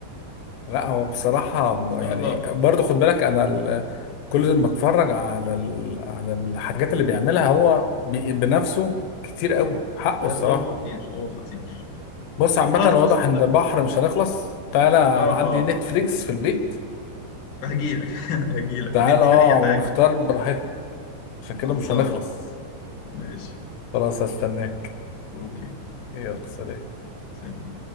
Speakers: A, on the left; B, on the left.
A: لا هو بصراحة
B: تمام
A: م-
B: ما شاء
A: يعني
B: الله
A: برضه خد بالك أنا ال- كل ما اتفرج على ال... على الحاجات اللي بيعملها هو بي... بنفسه كتير قوي حقه
B: لا
A: الصراحة
B: لا هو خطير هو خطير
A: بص عامة
B: خلاص بص
A: واضح إن بحر مش هنخلص تعالى أنا
B: اه
A: عندي
B: اه
A: نتفليكس في البيت
B: هجيلك <laughs> هجيلك
A: تعال
B: نديها
A: أه
B: اي حاجة
A: ونختار براحتنا عشان كده
B: خلصان
A: مش هنخلص
B: ماشي
A: خلاص هستناك
B: اوكي
A: يلا سلام
B: سلام